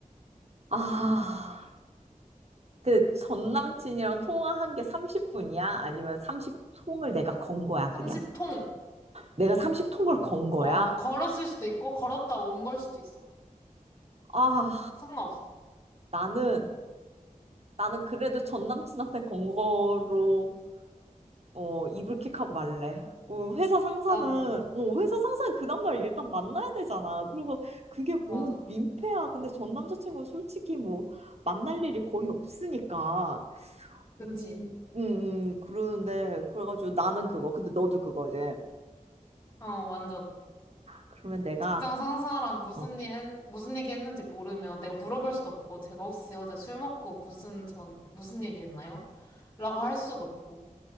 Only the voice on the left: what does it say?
30통!
어, 걸었을 수도 있고, 걸었다 온 걸 수도 있어.
상관없어.
나도.
맞아.
그치.
어, 완전.
직장 상사랑 무슨
일 했, 무슨 얘기 했는지 모르면 내가 물어볼 수도 없고, 제가 혹시 어제 술 먹고 무슨 전, 무슨 얘기 했나요? 라고 할 수도 없고.